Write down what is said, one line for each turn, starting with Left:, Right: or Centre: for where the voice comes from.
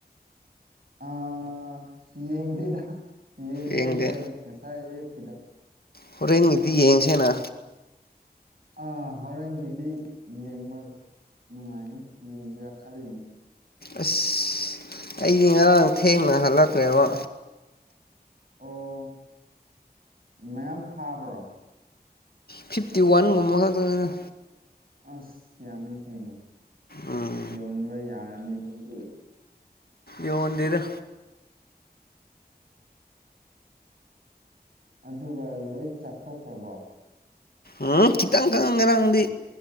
Right: ꯑꯥ ꯌꯦꯡꯉꯦꯗ ꯌꯦꯡꯍꯧꯗ꯭ꯔꯦ
Left: ꯌꯦꯡꯗꯦ
Right: ꯉꯁꯥꯏ ꯀꯗ
Left: ꯍꯣꯔꯦꯟ ꯅꯒꯤꯗꯤ ꯌꯦꯡꯁꯦꯅ
Right: ꯑ ꯍꯣꯔꯦꯟꯒꯤꯗꯤ ꯌꯦꯡꯕ ꯅꯨꯡꯉꯥꯏꯅꯤ ꯌꯦꯡꯁꯤꯔꯥ ꯈꯜꯂꯤꯅꯤ
Left: ꯑꯁ ꯑꯩꯗꯤ ꯉꯔꯥꯡ ꯊꯦꯡꯅ ꯍꯜꯂꯛꯈ꯭ꯔꯦꯕ
Right: ꯑꯣ ꯃꯌꯥꯝ ꯐꯥꯕ꯭ꯔꯣ
Left: ꯐꯤꯞꯇꯤ ꯋꯥꯟ ꯉꯃ ꯍꯥꯏ
Right: ꯑꯁ ꯌꯥꯝꯃꯤ ꯀꯩꯅꯣ
Left: ꯎꯝ
Right: ꯌꯧꯟꯕ ꯌꯥꯔ ꯑꯅꯤ ꯍꯧꯒꯤ
Left: ꯌꯟꯗꯔ
Right: ꯑꯗꯨꯒ ꯂꯣꯏ ꯆꯥꯊꯣꯛꯈ꯭ꯔꯕꯣ
Left: ꯎꯝ ꯈꯤꯇꯪ ꯈꯪꯉ ꯉꯔꯥꯡꯗꯤ